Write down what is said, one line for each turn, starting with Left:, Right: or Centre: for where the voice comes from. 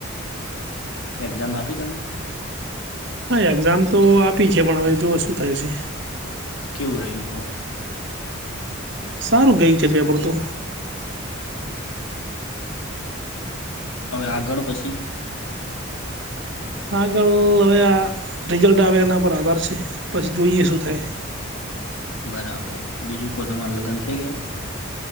Left: એક્ઝામ આપી તમે?
Right: હ, એક્ઝામ તો આપી છે, પણ, હવે જોઓ શું થાય છે?
Left: કેવું રયુ કો?
Right: સારું ગયુ છે પેપર તો.
Left: અવે આગળ પછી?
Right: આગળ, હવે આ રિઝલ્ટ આવે એના પર આધાર છે. પછી જોઈએ શું થાય?
Left: બરાબર, બીજું કો તમાર લગન થઈ ગયા?